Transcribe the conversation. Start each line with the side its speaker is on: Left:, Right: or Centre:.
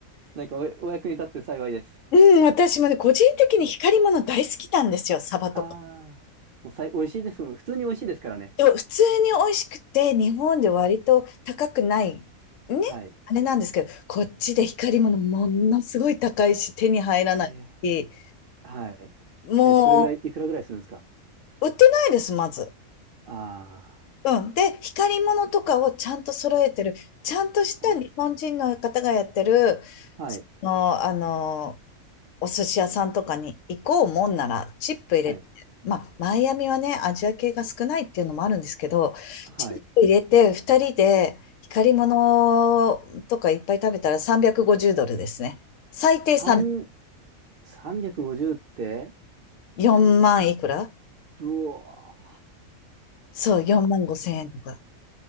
Right: なんかお、お役に立って幸いです。
Left: うん、私もね、個人的に光り物大好きなんですよ。サバとか。
Right: ああもうさい、美味しいです。普通に美味しいですからね。
Left: でも普通に美味しくて、日本で割と高くない、ね、
Right: はい。
Left: あれなんですけど、こっちで光り物ものすごい高いし、手に入らないし、
Right: えーはい。
Left: も
Right: え、どれぐらい、いくらぐらいするんですか
Left: う売ってないです、まず。
Right: ああー。
Left: うん。で、光り物とかをちゃんと揃えてる、ちゃんとした日本人の方がやってる、
Right: はい。はい。
Left: の、あの、お寿司屋さんとかに行こうもんなら、チップ入れて、
Right: はい。
Left: まあ、マイアミはね、アジア系が少ないっていうのもあるんですけど、
Right: はい。
Left: チップ入れて、2人で光り物とかいっぱい食べたら350ドルですね。最低3、
Right: 三、350って
Left: 4万いくら
Right: うわ
Left: そう、
Right: ー、
Left: 4万5千円とか。
Right: だっけ。